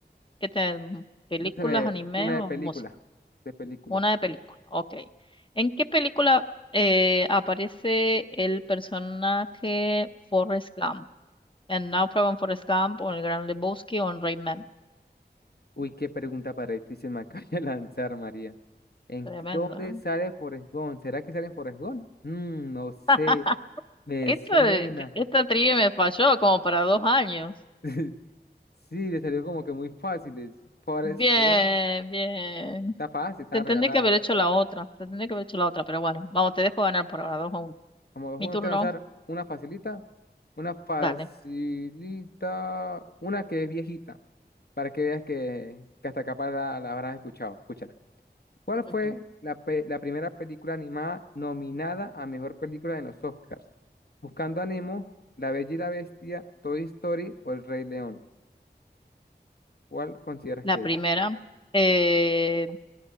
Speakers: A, on the left; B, on the left.
A: ¿Qué te, películas,
B: Lánzame
A: anime
B: una
A: o
B: de películas,
A: música?
B: de películas.
A: Una de película, ok. ¿En qué película eh, aparece el personaje Forrest Gump? ¿En Náufrago en Forrest Gump o en El Gran Lebowski o en Rayman?
B: Uy, qué pregunta para difícil me <laughs> acaba de lanzar, María. ¿En
A: Tremendo,
B: dónde
A: ¿no?
B: sale Forrest Gump? ¿Será que sale en Forrest Gump? Mm, no sé,
A: <laughs> Ah,
B: me
A: esta,
B: suena.
A: de- esta trivia me falló como para dos años.
B: <laughs> Sí, le salió como que muy fáciles. Forrest
A: Bien,
B: Gump,
A: bien.
B: está fácil, está
A: Te
B: regalada.
A: tendría que haber hecho la otra, te tendría que haber hecho la otra, pero bueno, vamos, te dejo ganar por ahora, dos a uno.
B: Como dos,
A: Mi
B: uno,
A: turno,
B: te voy a lanzar una facilita, una facilita,
A: dale.
B: una que es viejita, para que veas que, que hasta capaz la, la habrás escuchado. Escúchala. ¿Cuál fue
A: Ujú.
B: la, pe- la primera película animada nominada a mejor película en los Oscars? Buscando a Nemo, La Bella y la Bestia, Toy Story o El Rey León. ¿Cuál consideras
A: La
B: que
A: primera,
B: es?
A: eh,